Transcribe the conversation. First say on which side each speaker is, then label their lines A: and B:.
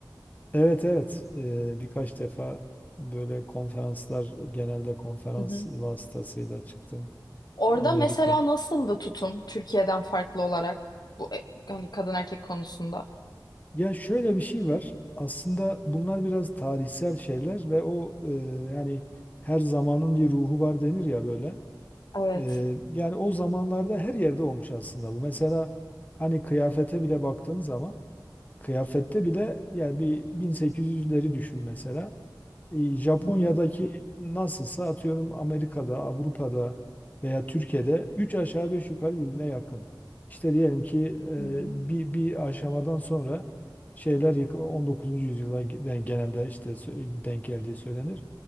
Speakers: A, on the left; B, on the left.
A: Evet evet Ee, birkaç defa böyle konferanslar genelde konferans
B: Hı hı.
A: vasıtasıyla çıktım
B: Orada
A: Amerika.
B: mesela nasıldı tutum Türkiye'den farklı olarak bu e, hani kadın erkek konusunda?
A: Ya şöyle bir şey var aslında bunlar biraz tarihsel şeyler ve o e, yani her zamanın bir ruhu var denir ya böyle.
B: Evet.
A: Ee, yani o zamanlarda her yerde olmuş aslında bu. Mesela hani kıyafete bile baktığın zaman kıyafette bile yani bir 1800'leri düşün mesela. E, Japonya'daki
B: Hı hı.
A: nasılsa atıyorum Amerika'da, Avrupa'da veya Türkiye'de 3 aşağı 5 yukarı birbirine yakın. İşte diyelim ki e,
B: Hmm.
A: bir, bir aşamadan sonra şeyler yık- on dokuzuncu yüzyıla gen- genelde işte sö- denk geldiği söylenir.